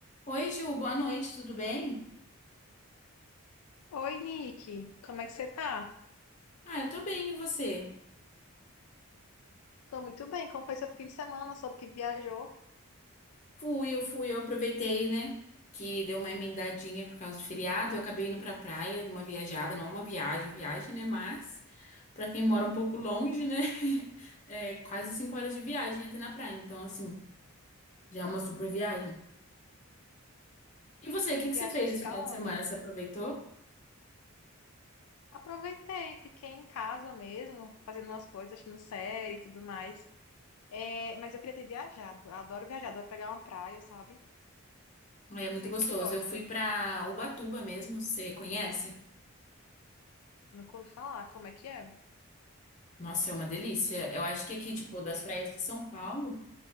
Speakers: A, on the left (about 35°); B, on the left (about 85°).
A: Oi, Ju, boa noite, tudo bem?
B: Oi, Nick. Como é que você tá?
A: Ah, eu tô bem, e você?
B: Tô muito bem. Como foi seu fim de semana? Soube que viajou.
A: Fui, eu fui, eu aproveitei, né? Que deu uma emendadinha por causa do feriado. Eu acabei indo pra praia, uma viajada, não é uma viagem, viagem, né? Mas, pra quem mora um pouco longe, né? <laughs> É quase cinco horas de viagem até na praia. Então, assim, já é uma super viagem. E você, o que que
B: Viajaste
A: você fez esse
B: pra
A: final de semana?
B: onde?
A: Você aproveitou?
B: Aproveitei, fiquei em casa mesmo, fazendo umas coisas, assistindo série e tudo mais. É, mas eu queria ter viajado. Eu Adoro viajar, adoro pegar uma praia, sabe?
A: É
B: Não
A: muito
B: sei
A: gostoso.
B: se tu gosta.
A: Eu fui pra Ubatuba mesmo, você conhece?
B: Nunca ouvi falar. Como é que é?
A: Nossa, é uma delícia. Eu acho que aqui, tipo, das praias de São Paulo.